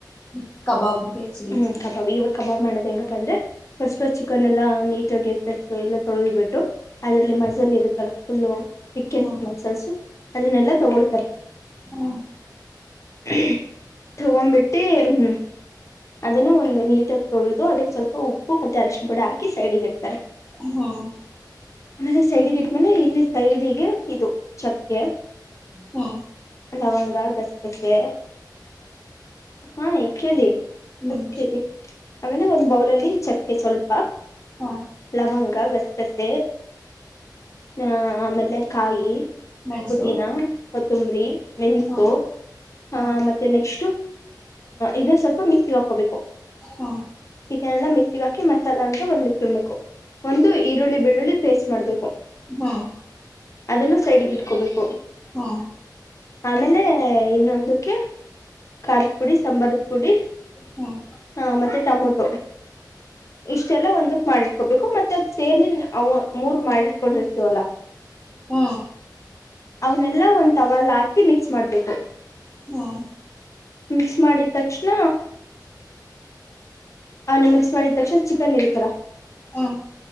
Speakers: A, on the left (about 20°); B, on the left (about 45°).
A: ಹ್ಮ್ ಕಬಬ್ಗೆ ಚಿಲಿ
B: ಹ್ಮ್
A: ಚಿ.
B: ಕಬಾಬ್ ಇವಾಗ ಕಬಾಬ್ ಮಾಡೋದ್ ಹೆಂಗಪ್ಪ ಅಂದ್ರೆ. ಫಸ್ಟ್ ಫಸ್ಟ್ ಚಿಕನ್ ಎಲ್ಲಾ. ನೀಟ್ ಆಗಿ ಫ್ರೆಶು ಎಲ್ಲ ತೊಳೆದ್ಬಿಟ್ಟು. ಅದ್ರಲ್ಲಿ
A: ಹ್ಮ್
B: ಮಝಲ್ ಇರುತ್ತಲ್ಲ. ಫುಲ್ಲೋ. ತಿಕೆಸ್ಟ್
A: ಹ್ಮ್
B: ಮಝಲ್ಸು. ಅದನ್ನೆಲ್ಲಾ ತಗೊಳ್ತಾರೆ.
A: ಹ್ಮ್
B: <unintelligible> ತಗೊಂಬಿಟ್ಟಿ ಹ್ಮ್. ಅದನ್ನ ಒಂದ್ ನೀ ಟಾಗ್ ತೊಳ್ದು ಅದುಕ್ ಸ್ವಲ್ಪ ಉಪ್ಪು ಮತ್ತೆ ಅರ್ಷ್ಣ ಬುಡಿ ಹಾಕಿ ಸೈಡ್ಗೆ ಇಡ್ತಾರೆ.
A: ಹ್ಮ
B: ಆಮೇಲೆ ಸೈಡಿಗೆ ಇಟ್ಮೆಲೆ ಇಲ್ಲಿ ಸೈಡಿಗೆ ಇದು ಚಕ್ಕೆ.
A: ಹ್ಮ
B: ಲವಂಗ ಗಸ್ಗಸೆ. ಹಾ ಇ ಕೇಳಿ
A: ಹ್ಮ್
B: ಫಸ್ಟ್
A: ಸರಿ
B: ಇಡಿ. ಆಮೇಲೆ ಒಂದ್ ಬೌಲ ಅಲ್ಲಿ ಚಕ್ಕೆ ಸ್ವಲ್ಪ.
A: ಹಾ
B: ಲವಂಗ ಬಸ ಕಸ ಹ ಆಮೇಲೆ ಕಾಯಿ
A: ಮೆಣಸು
B: ಪುದನಾ ತುಂಗ್ರ ಮೆಣಸು
A: ಹಾ
B: ಹ
A: ಹಾ
B: ಮತ್ತೆ ಇಷ್ಟು ಇದನ್ ಸ್ವಲ್ಪ ಮಿಕ್ಸಿ ಹಾಕೋಬೇಕು
A: ಹ್ಮ್
B: ಇದನ್ನಲ್ಲ ಮಿಕ್ಸಿಗ ಹಾಕಿ ಮ ಸ್ಲ ಅಂತ ಬಂದಿ ತಿನ್ಬೇಕು ಒಂದು ಈರುಳ್ಳಿ ಬೆಳ್ಳುಳ್ಳಿ ಪೇಸ್ಟ್ ಮಾಡ್ಬೇಕು
A: ಹ್ಮ್
B: ಅದನ್ನು ಸೈಡ್ಿಗೆ ಇಟ್ಕೋಬೇಕು
A: ಹ್ಮ
B: ಆಮೇಲೆ ಇನ್ನೊಂದಕ್ಕೆ ಖಾರದ ಪುಡಿ ಸಾಂಬಾರದ ಪುಡಿ
A: ಹ್ಮ್ ಹ್ಮ್ ಹ್ಮ್
B: ಹ ಮತ್ತೆ ಟಮೊಟೊ ಇಷ್ಟೆಲ್ಲ ಒಂದು ಮಾಡಿಟ್ಕೋಬೇಕು ಮತ್ತೆ ಅದ್ ಸೇರಿ ಮೂರ್ ಮಾಡಿಟ್ಕೊಂಡಿರ್ತೀವಲ್ಲಾ
A: ಹ್ಮ
B: ಅವ್ನೆಲ್ಲಾ ಒಂದ್ ತವಾಲ್ ಹಾಕಿ ಮಿಕ್ಸ್ ಮಾಡ್ಬೇಕು.
A: ಹ್ಮ್
B: ಮಿಕ್ಸ್ ಮಾಡಿದ್ ತಕ್ಷಣ ಅವ್ನ ಮಿಕ್ಸ್ ಮಾಡಿದ್ ತಕ್ಷಣ ಚಿಕನ್ ಇರುತ್ತಲ್ಲ.
A: ಹ್ಮ್